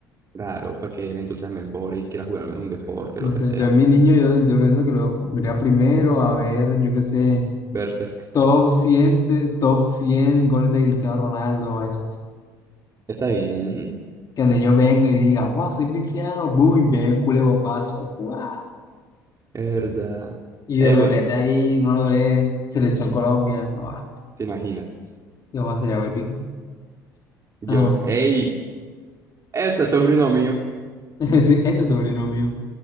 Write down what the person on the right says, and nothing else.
Claro, para que le entusiasme el body, quiera jugarme en un deporte,
lo que
sea.
Berserk.
Está bien.
<laughs> verdad.
Ey,
güey,
¿te imaginas?
Yo,
ey, ese es sobrino mío.